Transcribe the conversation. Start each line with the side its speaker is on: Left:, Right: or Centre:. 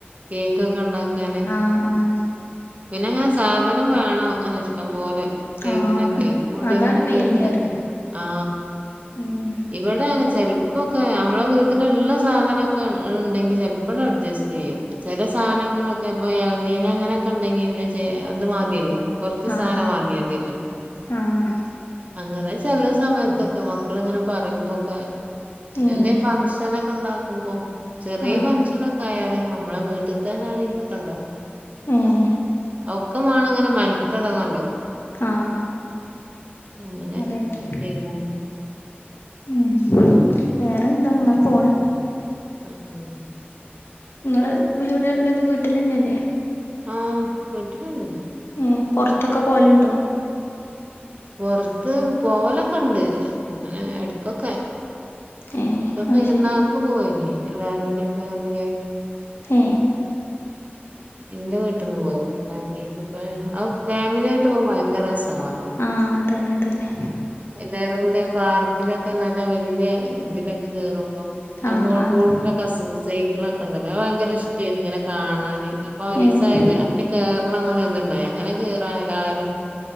Right: കേക്കൊക്കെ ഇണ്ടാക്കാന്
Left: ആഹ് ആഹ്
Right: പിന്നെങ്ങനെ സാധനം വേണം ഇങ്ങനെ ഇഷ്ടം പോലെ കേക്കിനൊക്കെ
Left: ആഹ്
Right: പുണ്ടിങ്ങിനും
Left: അതാണ് മെയിന്
Right: കേക്കിനൊക്കെ
Left: പറയാ
Right: ആ
Left: ഉം
Right: ഇവിടെ അങ്ങനെ ചെലപ്പോക്കെ നമ്മളെ വീട്ടിലുള്ള സാധനൊക്കെ ഇണ്ടെങ്കിൽ ചെലപ്പോങ്ങട്ട് അഡ്ജസ്റ്റ് ചെയ്യും ചെല സാധനങ്ങളൊക്കെ ഇപ്പൊ ഇളന്നീന് അങ്ങനെയൊക്കെ ഇണ്ടെങ്കിൽ പിന്നെ ഇത് മതിയല്ലോ കൊർച്ച്
Left: ആഹ്
Right: സാനം വാങ്ങിയ തിയ്ന്നു
Left: ആഹ്
Right: അങ്ങനെ ചെല സമയത്തൊക്കെ മക്കള്ങ്ങനെ പറയുമ്പൊക്കെ പിന്നെന്തേം
Left: ഏഹ്
Right: ഫങ്ങ്ഷനൊക് ക്കെണ്ടാക്കുമ്പോ ചെറിയ
Left: ആഹ്
Right: ഫംഗ്ഷനൊക്കെയാല് നമ്മളെ വീട്ട്ത്തന്നെ ആണെങ്കി ഒക്കെ ണ്ടാക്കും
Left: ഏഹ്
Right: ഒക്കെ മാണം ങ്ങനെ മെൻക്കെടന്നൊള്ളൂ
Left: ആഹ്
Right: അങ്ങനെ
Left: അതന്നെ
Right: ഉം
Left: ഉം വേറെന്താ അങ്ങനെ പോണ്
Right: ആഹ്
Left: നിങ്ങള് എവിടെ ഉള്ളത് വീട്ട്ലെന്നെല്ലേ
Right: ആഹ് വീട്ടിലന്നെ
Left: ഏ പൊർത്തൊക്കെ
Right: ഉം
Left: പോകല്ണ്ടോ?
Right: പൊർത്ത് പോവലൊക്കെണ്ട് ഞ്ഞാ എട്ക്കൊക്കെ
Left: ഏഹ്
Right: ഇപ്പൊ
Left: അത്
Right: പെരുന്നാക്ക്
Left: ശരി
Right: പോയിന് എല്ലാരുടിം ഫേമിലിയായിട്ട്
Left: ഏ
Right: ഇന്റെ വീട്ട്ന്ന് പോകും ഫാമിലി ട്രിപ്പ് അത് ഫാമിലിയായിട്ട് പോക്മ്പൊ ഭയങ്കര രസാണല്ലോ
Left: ആ അതേനെ അതേനെ
Right: <unintelligible> തിലൊക്കെ നല്ല വല്യ തിലൊക്കെ കേറുമ്പോ ആ
Left: ആഹ്
Right: മോൾകൂടിള്ള
Left: ആഹ്
Right: കസിൻസ് സൈക്കളൊക്കെണ്ടല്ലൊ അത് ഭയങ്കര ഇഷ്ട്ടയ്ന്ന് ഇങ്ങനെ കാണാന് ആ ഒരീസയ്ല്
Left: ഏഹ്
Right: അയ്ല് കേർണംന്നുള്ള ത്ണ്ടായി അങ്ങനെ കേറ എല്ലാരും